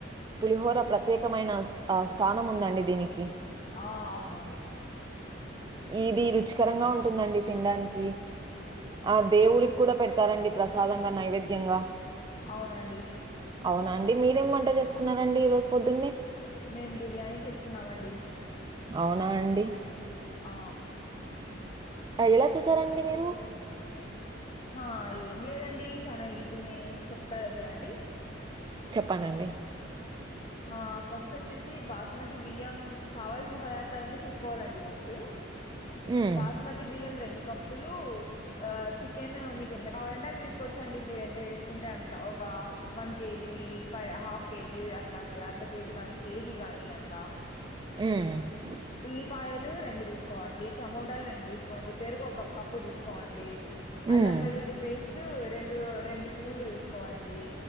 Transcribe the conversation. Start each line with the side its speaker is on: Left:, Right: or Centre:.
Right: పులిహోర
Left: పె
Right: ప్రత్యేకమైన స్థానం ఉందండి దీనికి
Left: ఆ అవునండి
Right: ఇది
Left: ఆ
Right: రుచికరంగా ఉంటుందండి తినడానికి ఆ దేవుడికి కూడా పెడతారండి ప్రసాదంగా నైవేద్యంగా
Left: అవునండి
Right: అవున అండి మీరేం వంట చేసుకున్నారండి ఈ రోజు పొద్దున్నే
Left: మేం బిర్యానీ చేసుకున్నామండి
Right: అవునా అండి
Left: ఆ
Right: ఎలా చేసారండి మీరు
Left: ఆ ఏం లేదండి చానా ఈజీనే చెప్తా చూడండి
Right: చెప్పండి అండి
Left: ఆ ఫస్ట్ వచ్చేసి బాస్మతి బియ్యం కావల్సిన పదార్థాలన్నీ తీసుకోవాలండి ఫస్ట్
Right: హ్మ్.
Left: బాస్మతి బియ్యం రెండు కప్పులు ఆ చికెన్ మీకు ఎంత కావాలంటే అంత తీసుకోవచ్చండి మీరు ఎంత చేసుకుంటే అంత ఒక క అ వన్ కేజ ఫై హాఫ్ కేజి అట్లా అండి అర్ధ కేజీ గాని కేజీ గాని అట్లా
Right: మ్మ్
Left: ఉల్లిపాయలు రెండు తీసుకోండి టమోటాలు రెండు తీసుకోండి పెరుగు ఒక కప్పు తీసుకోండి
Right: హ్మ్.
Left: అల్లం వెల్లుల్లి పేస్ట్ రెండు రెండు స్పూన్లు తీసుకోవండి